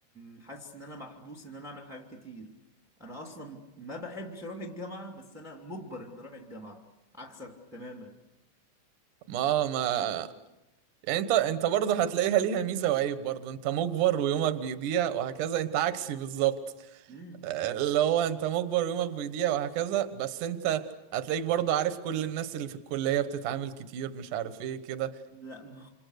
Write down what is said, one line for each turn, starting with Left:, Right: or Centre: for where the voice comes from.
Centre: م- حاسس إن أنا محبوس إن أنا أعمل حاجات كتير أنا أصلا ما بحبش أروح الجامعة بس أنا مجبر إن أروح الجامعة عكسك تماما
Right: ما ما يعني انت انت برضه هتلاقيها ليها ميزه وعيب برضه انت مجبر ويومك بيضيع وهكذا انت عكسي بالظبط
Centre: امم
Right: آه، اللي هو انت مجبر ويومك بيضيع وهكذا بس انت هتلاقيك برضه عارف كل الناس اللي في الكليه بتتعامل كتير مش عارف ايه كده
Centre: لا <laughs>